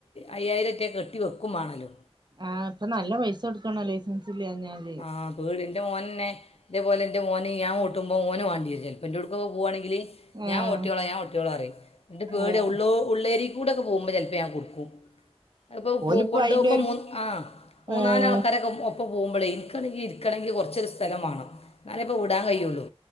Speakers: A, on the left; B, on the right.
A: അയ്യായിരേറ്റെ കെട്ടി വെക്കും മാണല്ലോ
B: ആഹ് പ്പനല്ല പൈസൊട്ക്കണം ലൈസൻസില്ലാഞ്യാൽ
A: ആഹ് പേടിന്റെ മോനന്നെ തേപോലെ ന്റെമോന് ഞാഓട്ടുമ്പോ ഓന് വാണ്ട്യേ രും ചെൽ ഇന്റോട്ക്കൊക്കെ പുവാണെങ്കില്
B: ആഹ്
A: ഞാഓട്ട്യോള ഞാഓട്ട്യോളറിയും ട്ട് പേട്യാവും
B: ഏഹ്
A: ഉള്ളോ ഉള്ളേരിക്കൂടക്കെ പോമ്പ ചെൽപ്പ ഞാകൊട്ക്കും അഅ്പ്പൊ
B: ഓലിപ്പോ
A: പോ കൊണ്ടോമ്പോ
B: അയിന്റെ ഒരു
A: മു ആ ഹ് മൂന്നാല്
B: ഏഹ്
A: ആൾക്കാരൊക്കെ ഒപ്പ പോവുമ്പളേ ഇരിക്കണെങ്കി കൊറച്ചൊരു സ്ഥലം വണം ന്നാലെപ്പ വിടാൻ കയുള്ളൂ